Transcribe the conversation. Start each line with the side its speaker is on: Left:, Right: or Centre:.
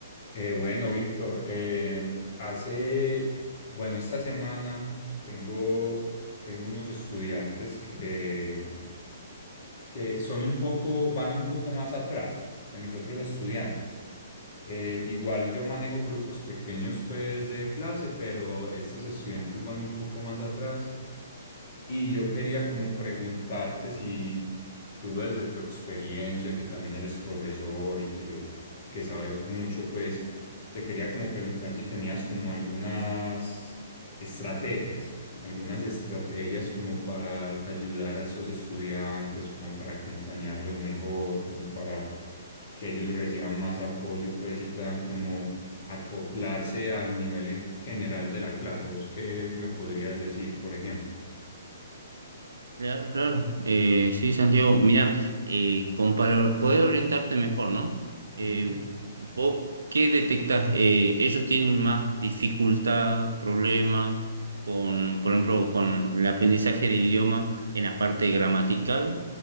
Left: Eh, bueno, Víctor, eh, hace, bueno, esta semana tengo, tengo unos estudiantes que, que son un poco, van un poco más atrás que mis otros estudiantes. Eh, igual yo manejo grupos pequeños pues de clase, pero estos estudiantes van un poco más atrás. Y yo quería como preguntarte si tú desde tu experiencia, que también eres profesor y que que sabes mucho, pues te quería como preguntar si tenías como algunas estrategias, algunas estrategias como para ayudar a esos estudiantes, como para acompañarlos mejor, como para que ellos reciban más apoyo, pues y puedan como acoplarse al nivel en general de la clase. ¿Vos qué me podrías decir, por ejemplo?
Right: Claro, claro. Eh, sí, Santiago, mira, eh, como para poder orientarte mejor, ¿no? Eh,
Left: Ujú.
Right: ¿vos qué detectás? Eh, ellos tienen más dificultad, problemas con, por ejemplo, con el aprendizaje del idioma en la parte gramatical,